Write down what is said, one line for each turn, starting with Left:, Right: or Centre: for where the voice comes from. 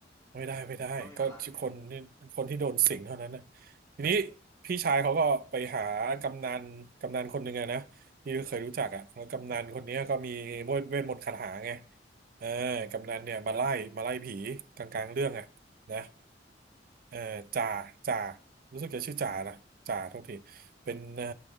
Right: ไม่ได้ไม่ได้ก็คนที่
Left: อ๋อต้องมีพลังใช่ไหม
Right: คนที่โดนสิงเท่านั้นนะทีนี้พี่ชายเขาก็ไปหากำนันกำนันคนหนึ่งอะนะที่เคยรู้จักอ่ะแล้วกำนันคนเนี้ยก็มีเวทเวทมนต์คาถาไงเออกำนันเนี่ยมาไล่มาไล่ผีกลางๆเรื่องอ่ะนะ เอ่อจ่าจ่ารู้สึกจะชื่อจ่านะจ่าโทษทีเป็นเอ่อ